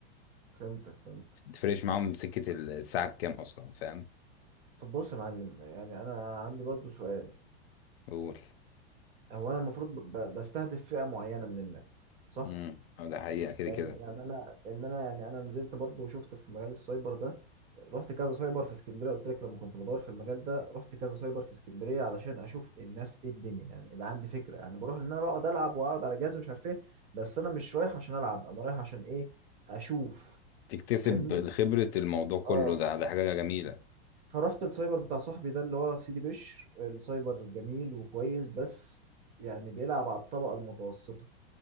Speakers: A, on the right; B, on the left.
A: فهمتك فهمتك
B: تفرقش معاهم سكة الساعة بكام أصلا فاهم
A: طب بص يا معلم يعني انا عندي برضو سؤال
B: قول
A: هو انا المفروض ب- بستهدف فئه معينه من الناس صح
B: امم ده حقيقة كده
A: لان
B: كده
A: يعني انا ان انا يعني انا نزلت برضو وشفت في مجال السايبر ده رحت كذا سايبر في اسكندريه قلت لك لما كنت بدور في المجال ده رحت كذا سايبر في اسكندريه علشان اشوف الناس ايه الدنيا يعني يبقى عندي فكره يعني بروح ان انا بقعد العب واقعد على جهاز ومش عارف ايه بس انا مش رايح عشان العب انا رايح عشان ايه اشوف
B: تكتسب
A: فاهمني
B: خبرة الموضوع كله
A: اه
B: ده ده حاجة جميلة
A: فرحت السايبر بتاع صاحبي ده اللي هو في سيدي بشر السايبر جميل وكويس بس يعني بيلعب على الطبقه المتوسطه